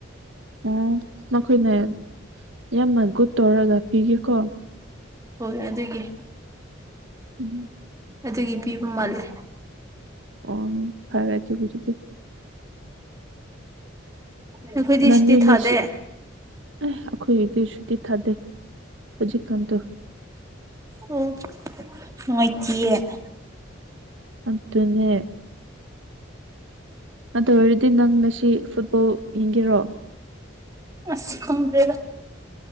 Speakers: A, on the right (about 70°); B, on the right (about 15°).
A: ꯑꯣ ꯃꯈꯣꯏꯅ ꯌꯥꯝꯅ ꯒꯨꯗ ꯇꯧꯔꯒ ꯄꯤꯒꯦꯀꯣ
B: ꯍꯣꯏ ꯑꯗꯨꯒꯤ
A: ꯎꯝ
B: ꯑꯗꯨꯒꯤ ꯄꯤꯕ ꯃꯥꯜꯂꯦ
A: ꯑꯣ ꯐꯔꯦ ꯑꯗꯨꯒꯤ ꯗꯨꯗꯤ
B: ꯅꯈꯣꯏꯗꯤ
A: ꯅꯪꯗꯤ
B: ꯁꯤꯇꯤ
A: ꯅꯁꯤ
B: ꯊꯥꯗꯦ
A: ꯑꯦ ꯑꯩꯈꯣꯏꯒꯤꯗꯤ ꯁꯨꯇꯤ ꯊꯥꯗꯦ ꯍꯧꯖꯤꯛꯀꯥꯟꯗꯨ
B: ꯎꯝ <unintelligible>
A: ꯑꯗꯨꯅꯦ ꯑꯗꯨ ꯑꯣꯏꯔꯗꯤ ꯅꯪ ꯉꯁꯤ ꯐꯨꯠꯕꯣꯜ ꯌꯦꯡꯒꯦꯔꯣ
B: ꯑ ꯈꯦꯗ꯭ꯦꯔꯗꯦꯗ